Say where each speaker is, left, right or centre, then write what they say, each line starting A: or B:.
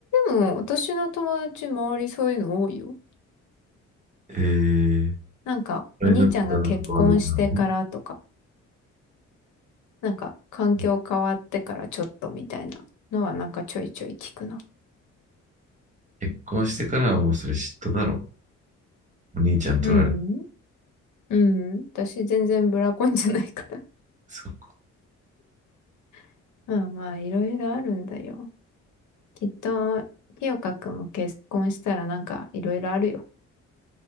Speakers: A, on the left; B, on the right.
A: でも私の友達周りそういうの多いよ。
B: えー、
A: なんかお兄ちゃんが結婚してからとか、
B: あれになってからなんか悪くなるの
A: なんか環境変わってからちょっとみたいなのはなんかちょいちょい聞くな。
B: うん結婚してからはもうそれ嫉妬だろ。お兄ちゃん取られて。
A: うん。うん。私全然ブラコンじゃないから。
B: そうか
A: <laughs> まあまあいろいろあるんだよ。きっと、清香くんも結婚したらなんかいろいろあるよ。